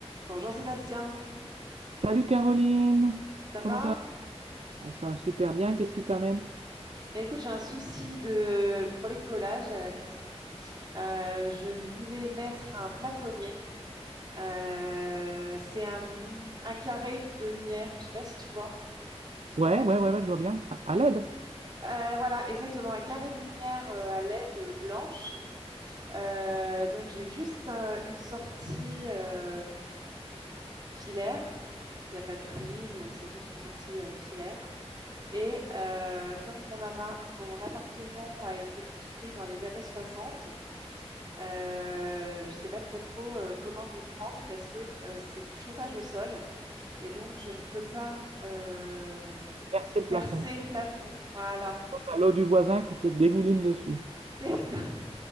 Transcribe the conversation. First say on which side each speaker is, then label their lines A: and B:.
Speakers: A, on the right; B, on the right.
A: Bonjour Sébastien,
B: Salut Caroline,
A: ça
B: comment
A: va?
B: ça va? Ah, Ça va super bien, qu'est-ce qui t'amène?
A: Eh, Écoute, j'ai un souci de bricolage à la maison. Euh, je voulais mettre un plafonnier. Euh, c'est un, un carré de lumière, je ne sais pas si tu vois.
B: Ouais, ouais, ouais, ouais, je vois bien. À, à l'aide,
A: Euh, voilà, exactement, un carré de lumière euh, à LED blanche. Euh, donc j'ai juste un- une sortie euh, filaire. Il n'y a pas de prise, euh, c'est juste une sortie euh, filaire. Et euh, comme mon, ama- mon appartement a été construit dans les années soixante, Euh, je ne sais pas trop trop euh, comment m'y prendre parce que euh, c'est du chauffage au sol et donc je ne peux pas euh,
B: percer le plafond.
A: percer le plafond. Voilà,
B: Donc, T'as l'eau du voisin qui te dégouline dessus.
A: <laughs> c'est ça.